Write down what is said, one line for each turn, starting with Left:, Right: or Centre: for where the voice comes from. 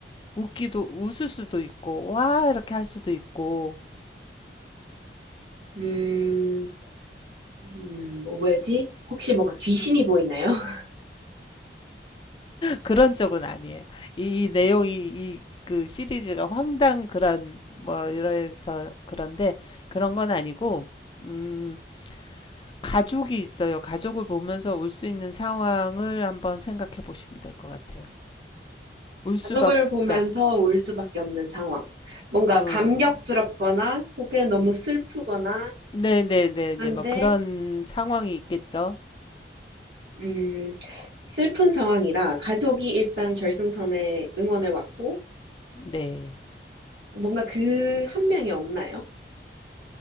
Left: 웃기도 웃을 수도 있고 와 이렇게 할 수도 있고
Right: 음, 음, 뭐 왜지? 혹시 뭔가 귀신이 보이나요? <laughs>
Left: 그런 쪽은 아니에요. 이, 이 내용이 이 그 시리즈가 황당 그런 뭐 이래서 그런데 그런 건 아니고 음 가족이 있어요. 가족을 보면서 울 수 있는 상황을 한번 생각해 보시면 될 것 같아요. 울 수밖에
Right: 가족을 보면서
Left: 그러니까
Right: 울 수밖에 없는 상황. 뭔가
Left: 어
Right: 감격스럽거나 혹은 너무 슬프거나
Left: 네네네네
Right: 한데,
Left: 뭐 그런 상황이 있겠죠.
Right: 음, 슬픈 상황이라 가족이 일단 결승선에 응원을 왔고,
Left: 네.
Right: 뭔가 그 한 명이 없나요?